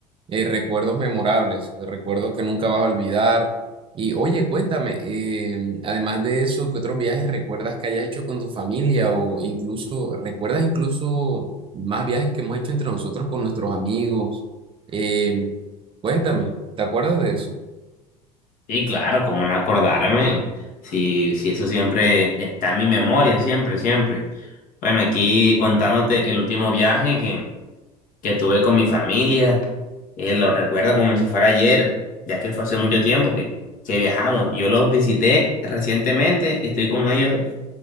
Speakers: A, on the right (about 25°); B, on the left (about 40°).
A: eh, recuerdos memorables, de recuerdos que nunca vas a olvidar. Y oye, cuéntame, eh, además de eso, ¿qué otros viajes recuerdas que hayas hecho con tu familia o incluso, recuerdas incluso más viajes que hemos hecho entre nosotros con nuestros amigos? Eh, cuéntame, ¿te acuerdas de eso?
B: Sí, claro, como no acordarme. Sí, sí, eso siempre está en mi memoria, siempre, siempre. Bueno, aquí contándote el último viaje que, que tuve con mi familia, eh, lo recuerdo como si fuera ayer, ya que fue hace mucho tiempo que, que viajamos. Yo los visité recientemente, estoy con ellos